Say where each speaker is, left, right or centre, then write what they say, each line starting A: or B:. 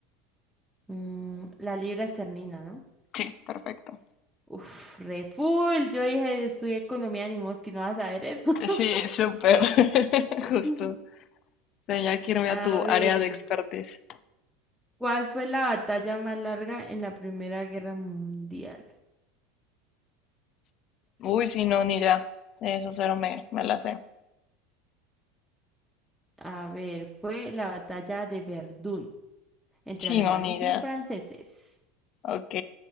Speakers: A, in the centre; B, on the left (about 45°).
A: Mm, la Libra Esternina, ¿no?
B: Sí, perfecto.
A: Uf, re full. Yo dije, estudié economía, ni mosquito, no vas a saber eso. <laughs>
B: Sí, súper. <laughs> Justo.
A: Mm.
B: Tenía que irme
A: A
B: a tu
A: ver,
B: área de expertise.
A: ¿cuál fue la batalla más larga en la Primera Guerra Mundial?
B: Uy, sí, no, ni idea. Eso cero me, me la sé.
A: A ver, fue la batalla de Verdún entre
B: Sí,
A: alemanes
B: no, ni idea.
A: y franceses.
B: Ok,